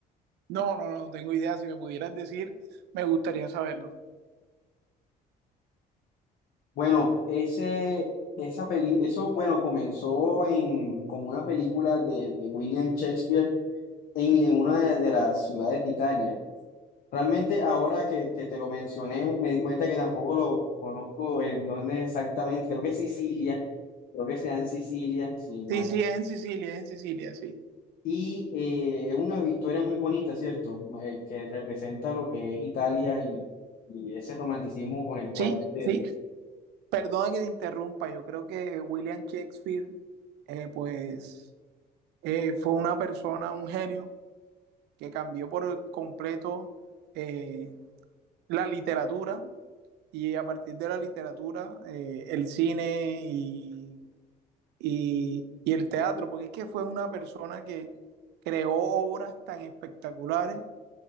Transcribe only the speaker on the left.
Bueno, ese, esa peli, eso, bueno, comenzó en, como una película de, de William Shakespeare en, en una de, de las ciudades de Italia. Realmente ahora que, que te lo mencioné, me di cuenta que tampoco lo conozco en dónde exactamente, creo que es Sicilia, creo que sea en Sicilia, sí, mal.
Y eh, es una historia muy bonita, ¿cierto? Eh, que representa lo que es Italia y, y ese romanticismo con el cual...
eh,